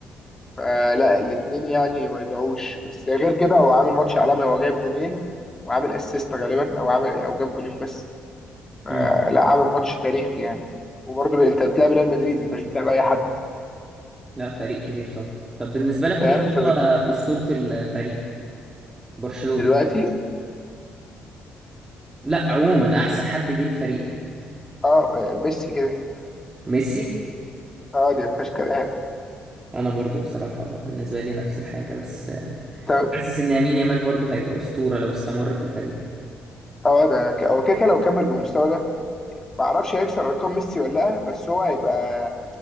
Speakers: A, on the left; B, on the right.
A: فلا الاثنين يعني ما يدعوش بس غير كده هو عامل ماتش عالمي هو جايب جونين وعامل اسيست غالبا او عامل او جاب جونين بس فلا
B: امم
A: عامل ماتش تاريخي يعني وبرضه انت بتلعب ريال مدريد انت مش بتلعب اي حد
B: لا فريق كبير طبعا طب بالنسبه لك
A: فاهم
B: مين هو اسطوره الفريق برشلونه
A: فدلوقتي
B: لا عموما احسن حد جه الفريق ده
A: اه ميسي كده كده
B: ميسي
A: اه دي ما فيهاش كلام
B: انا برضو بصراحه بالنسبه لي نفس الحاجه بس
A: طب-
B: حاسس ان يمين يامال برضه هيبقى اسطوره لو استمر في الفريق
A: اه ده ك- هو كده كده لو كمل بالمستوى ده ما اعرفش هيكسر ارقام ميسي ولا لا بس هو هيبقى